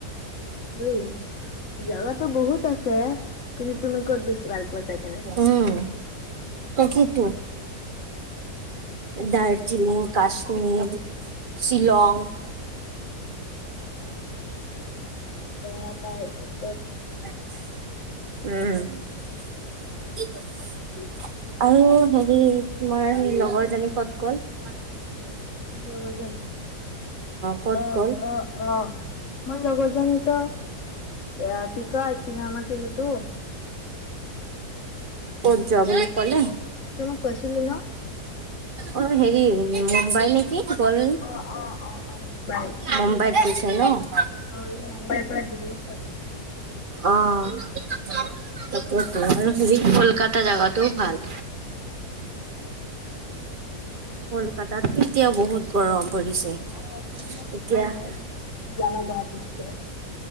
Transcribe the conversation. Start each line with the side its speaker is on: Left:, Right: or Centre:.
Left: <unintelligible> জাগাটো বহুত আছে কিন্তু তুমি ক'ত বেছি ভাল পোৱা যাই কেনে
Right: উম তাকেইতো, দাৰ্জিলিং, কাশ্মীৰ, শ্বিলং
Left: বেয়া তাৰপিছত
Right: উম আৰু হেৰি তোমাৰ সেই লগৰ জনী ক'ত গ'ল?
Left: লগৰ জনী,
Right: ক'ত
Left: অ',
Right: গ'ল?
Left: অ', অ'। অ', মোৰ লগৰজনী তো, আ কি কয়, কি নাম আছিল এইটো?
Right: ক'ত যোৱা বুলি ক'লে।
Left: তোমাক কৈছিলো ন
Right: অ', হেৰি মুম্বাইল কি গ'ল,
Left: অ অ অ অ বাই
Right: মুম্বাইত গৈছ হেল্ল'
Left: অ ই মুম্বাইৰ পৰা দিল্লীত যাব।
Right: অ', তাকেটো আৰু হেৰি কলকাতা জাগাটোও ভাল। কলকাতাতো এতিয়া বহুত গৰম। পৰিছে।
Left: অ', কলকাতা
Right: এতিয়া
Left: গৰমে, আমাৰ গুৱাহাটীতকে।